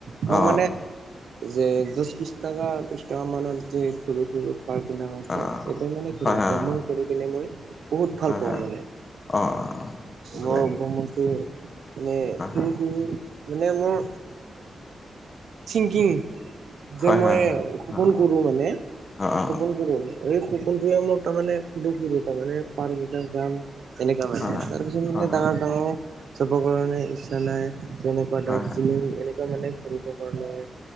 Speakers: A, on the right; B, on the left.
A: মই
B: অ
A: মানে যে দশ বিশছ টকা ত্ৰিশ টকা মানত যে সৰু সৰু পাৰ্ক বিলাকত
B: অ অ
A: যে সেইটো মানে ঘূৰে
B: হয় হয়
A: ভ্ৰমণ কৰি কিনে মই বহুত ভাল
B: হয়
A: পাওঁ
B: হয়
A: মানে।
B: অ অ ভালে
A: মই ভ্ৰমণটো মানে
B: হয়
A: সৰু সৰু মানে মোৰ থিংকিং
B: হয়
A: যে মই
B: হয় হয়
A: সপোন
B: হয়
A: কৰো মানে
B: অ অ
A: খোপন কৰোঁ মানে এই সপোনটোয়ে মোক তাৰমানে সুধো খুধো তাৰমানে পাৰ্ক কেতিয়া যাম তেনেকা মানে,
B: হয় হয়
A: তাৰপিছত
B: হয়
A: মানে ডাঙৰ ডাঙৰ চাবৰ কাৰণে ইচ্ছা নাই। যেনেকুৱা
B: হয়
A: দাৰ্জিলিং
B: হয়
A: এনেকুৱা মানে ঘূৰি ব কাৰণে